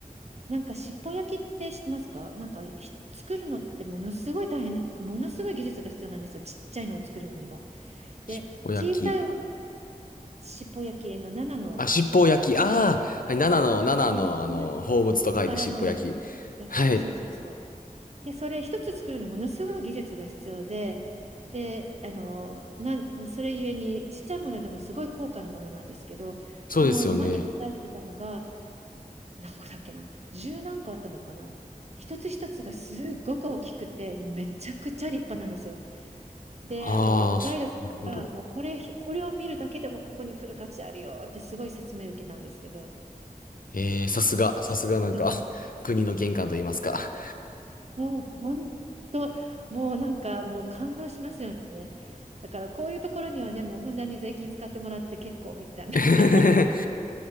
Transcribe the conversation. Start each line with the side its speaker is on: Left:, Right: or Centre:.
Right: なんか、尻尾焼きって知ってますかなんか、ひ作るのってものすごい大変、ものすごい技術が必要なんですよ。ちっちゃいのを作るのにも。で、
Left: しっぽ焼き。
Right: 小さい尻尾焼きの7の、
Left: あ、しっぽ焼き。ああ、はい、7の、7の、
Right: な
Left: あの、
Right: な
Left: 宝物と書いてしっぽ焼き。
Right: 宝の役、役、
Left: はい。
Right: そうそうそうそう。で、それ一つ作るのにものすごい技術が必要で、で、あの、なん、それゆえにちっちゃいものでもすごい高価なものなんですけど、
Left: そうですよね。
Right: その間に書かれてたのが、何個だっけな、十何個あったのかな。一つ一つがすっごく大きくて、めちゃくちゃ立派なんですよ。で、
Left: ああ、
Right: あの、ガイドさんが、
Left: そう、なるほど。
Right: もうこれ、これを見るだけでもここに来る価値あるよってすごい説明受けたんですけど、
Left: えー、さすが、さすがなんか、
Right: すごいじゃない
Left: <laughs> 国の玄関と言いますか。
Right: もう本当、もうなんかもう感動しますよね。だからこういうところにはね、もうふんだんに税金使ってもらって結構みたいな、
Left: <laughs>
Right: <laughs>